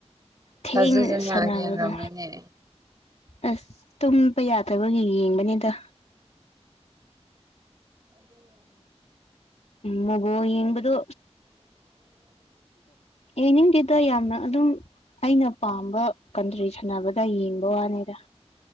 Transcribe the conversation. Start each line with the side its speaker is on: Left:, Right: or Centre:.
Left: ꯊꯦꯡꯅ
Right: ꯊꯥꯖꯗꯅ
Left: ꯁꯥꯟꯅꯕꯗꯣ
Right: ꯌꯦꯡꯔꯝꯃꯦꯅꯦ
Left: ꯑꯁ ꯇꯨꯝꯕ ꯌꯥꯗꯕꯒꯤ ꯌꯦꯡꯕꯅꯤꯗ
Right: ꯑꯗꯨꯦ
Left: ꯃꯒꯨ ꯌꯦꯟꯕꯗꯨ
Right: <unintelligible>
Left: ꯌꯥꯅꯤꯡꯗꯗ ꯌꯥꯝꯅ ꯑꯗꯨꯝ ꯑꯩꯅ ꯄꯥꯝꯕ ꯀꯟꯇ꯭ꯔꯤ ꯁꯥꯟꯅꯕꯗ ꯌꯦꯡꯕ ꯋꯥꯅꯤꯗ